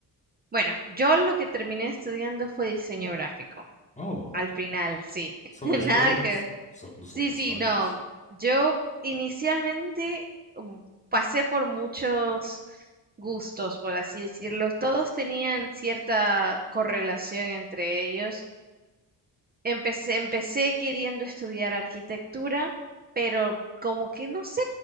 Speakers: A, on the right; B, on the left.
A: Bueno, yo lo que terminé estudiando fue diseño gráfico.
B: Oh,
A: Al final, sí.
B: son
A: <laughs> Nada
B: historias,
A: que...
B: son, son
A: Sí,
B: historias.
A: sí, no. Yo inicialmente mm, pasé por muchos gustos, por así decirlo. Todos tenían cierta correlación entre ellos. Empecé, empecé queriendo estudiar arquitectura, pero como que no sé,